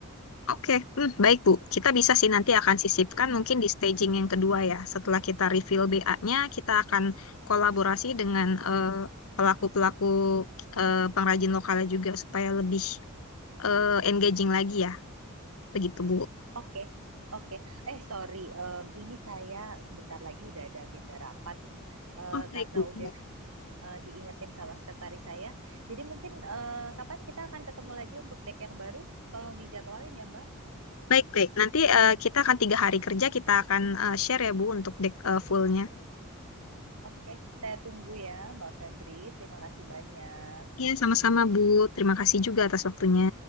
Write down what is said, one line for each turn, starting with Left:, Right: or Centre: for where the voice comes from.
Left: Oke, hmm, baik Bu. Kita bisa sih nanti akan sisipkan mungkin di staging yang kedua ya. Setelah kita reveal BA-nya, kita akan kolaborasi dengan eh, pelaku-pelaku eh, pengrajin lokalnya juga supaya lebih eh, engaging lagi ya. Begitu Bu.
Right: Oke, oke. Eh, sorry, em, ini saya sebentar lagi udah ada agenda rapat. eh,
Left: Oh, baik
Right: karena
Left: Bu.
Right: udah eh, diingetin sama sekretaris saya. Jadi mungkin eh, kapan kita akan ketemu lagi untuk deck yang baru? Tolong dijadwalin ya, Mbak.
Left: Baik, baik. Nanti eh, kita akan tiga hari kerja, kita akan eh, share ya Bu untuk dek eh, fullnya.
Right: Oke, saya tunggu ya, Mbak Febri. Terima kasih banyak.
Left: Iya, sama-sama Bu. Terima kasih juga atas waktunya.